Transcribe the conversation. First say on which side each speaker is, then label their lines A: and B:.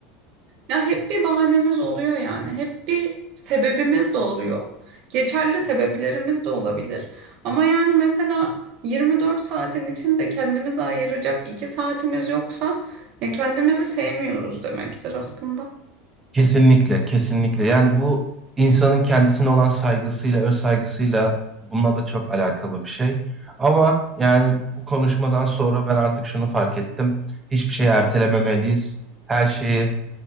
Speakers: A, on the right; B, on the right.
A: Ya hep bir bahanemiz oluyor yani. Hep bir sebebimiz de oluyor. Geçerli sebeplerimiz de olabilir. Ama yani mesela 24 saatin içinde kendimize ayıracak 2 saatimiz yoksa ya kendimizi sevmiyoruz demektir aslında.
B: Kesinlikle, kesinlikle. Yani bu insanın kendisine olan saygısıyla, öz saygısıyla bununla da çok alakalı bir şey. Ama yani bu konuşmadan sonra ben artık şunu fark ettim. Hiçbir şeyi ertelememeliyiz. Her şeyi